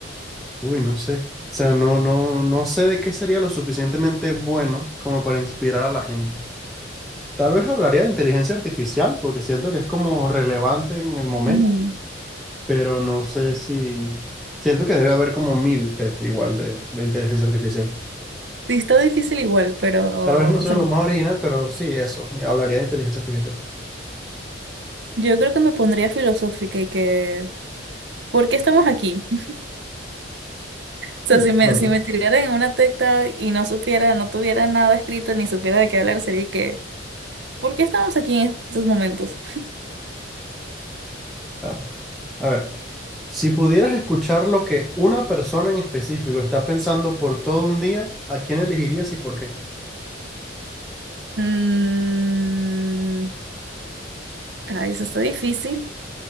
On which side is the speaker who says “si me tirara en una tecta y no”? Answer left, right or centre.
Right